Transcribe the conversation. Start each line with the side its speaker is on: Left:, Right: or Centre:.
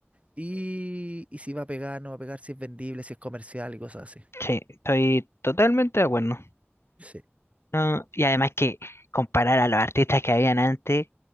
Right: Y, y si va a pegar, no va a pegar, si es vendible, si es comercial y cosas así.
Left: sí, estoy totalmente de acuerdo.
Right: Sí.
Left: No, y además que comparar a los artistas que habían antes,